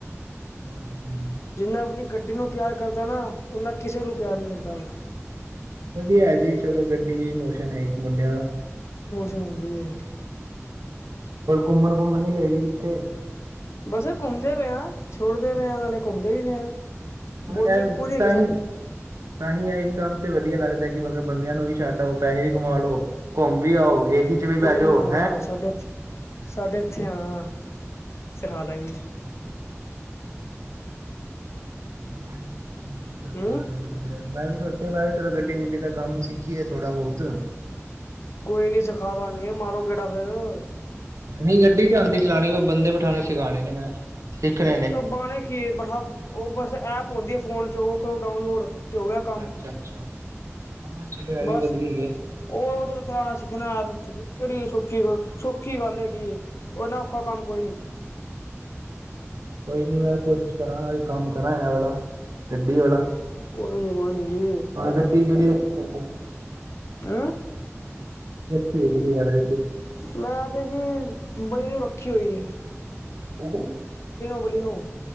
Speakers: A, on the right (about 85°); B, on the left (about 60°).
A: ਹੋਰ ਦੱਸ?
B: ਜਿੰਨਾ ਆਪਣੀ ਗੱਡੀ ਨੂੰ ਪਿਆਰ ਕਰਦਾ ਨਾ। ਉਹਨਾ ਕਿਸੇ ਨੂੰ ਪਿਆ ਨੀ ਕਰਦਾ ਵਾ।
A: ਵਧੀਆ ਜੀ। ਚਲੋ ਗੱਡੀ ਵੀ ਮੋਸ਼ਨ ਹੈ ਇੱਕ ਮੁੰਡਿਆਂ ਦਾ।
B: ਜਦੀ ਹੈ।
A: ਘੁੰਮਣ ਘੁੰਮਣ ਨੀ ਗਏ ਸੀ ਕਿੱਥੇ
B: ਬਸ ਘੁੰਮਦੇ ਪਏ ਹ। ਛੱੜਦੇ ਪਏ ਆ ਨਾਲੇ ਘੁੰਮਦੇ ਵੀ ਪਏ ਆ।
A: ਹ
B: ਬੋਂਡਿੰਗ ਪੂਰੀ ਹੈਗੀ
A: ਤਾਂਹੀ
B: ਸਾਡੀ
A: ਤਾਂਹੀ ਆਹੀ ਕੰਮ ਵਧੀਆ ਲੱਗਦਾ ਕਿ ਮਤਲਬ ਬੰਦਿਆਂ ਨੂੰ ਵੀ ਛੱਡ ਆਓਸੇ ਵੀ ਕਮਾ ਲ ਲੋ ਘੁੰਮ ਵੀ ਆਓ। ਏਸੀ ਚ ਵੀ
B: ਕੋਈ
A: ਬਹਿ ਜਾਓ
B: ਨੀ ਆਉਣਾ ਸਾਡੇ ਇਥੇ ਸਾਡੇ ਇੱਥੇ ਆਉਣਾ ਵ ਸਿਖਾ ਦਾ ਵੀ
A: ਹ। ਮੈਂ ਵੀ ਸੋਚ ਮ ਚਲੋ
B: ਹੂੰ
A: ਨਾਲ ਗੱਡੀ ਗੜ ਮੈਂ ਵੀ ਸੋਚਿਆ ਮੈਂ ਵੀ ਚਲੋ ਗੱਡੀ ਗੁੱਡੀ ਦਾ ਕੰਮ ਸਿੱਖੀਏ ਥੋੜਾ ਬਹੁਤ।
B: ਕੋਈ ਨੀ ਸਿਖਾ ਦਾਂਗੇ ਮਾਰੋ ਗੇੜਾ ਹੋ।
A: ਨਹੀਂ ਗੱਡੀ ਤੇ ਆਉਂਦੀ ਚਲਾਉਣੀ ਵ ਬੰਦੇ ਬਿਠਾਣੇ ਸਿਖਾਣੇ ਨੇ ਮੈਂ। ਸਿੱਖਣੇ ਨੇ
B: ਬਾਣੇ ਕੀ ਬੜਾ ਉਹ ਬਸ ਐਪ ਆਉਂਦੇ ਫੋਨ 'ਚ ਉਹ ਕਰੋ ਡਾਊਨਲੋਡ। ਤੇ ਹੋ ਗਿਆ ਕੰਮ
A: ਅੱਛਾ ਅੱਛਾ ਹਾਂ ਚਲੋ ਇਹ ਵੀ
B: ਬਸ
A: ਵਧੀਆ
B: ਉਹ
A: ਹੀ
B: ਚ ਚਲਾਉਣਾ ਸਿੱਖਣਾ ਐ। ਕਿਹੜੀ ਸੌਖੀ ਸੌਖੀ ਗੱਲ ਹੈਗੀ ਉਹਨਾ ਔਖਾ ਕੰਮ ਕੋਈ ਨੀ।
A: ਕੋਈ ਨੀ ਮੈਂ ਕੋਸ਼ਿਸ਼ ਕਰਾਂ ਵੀ ਕੰਮ ਕਰਾਂ ਇਹ ਵਾਲਾ ਗੱਡੀ ਵਾਲਾ।
B: ਕੋਈ ਨੀ ਕੋਈ ਨੀ ਜੀ
A: ਹੁਣ ਗੱਡੀ ਕਿਹੜੀ ਰੱਖੀ ਆ।
B: ਅ
A: ਠੀਕ ਠੀ ਐਵਰੇਲੀ
B: ਮੈਂ ਤੇ ਜੀ ਬਈ ਨੂੰ ਰੱਖ। <unintelligible>
A: <inaudible>
B: ਬੋਲੀ ਨੂੰ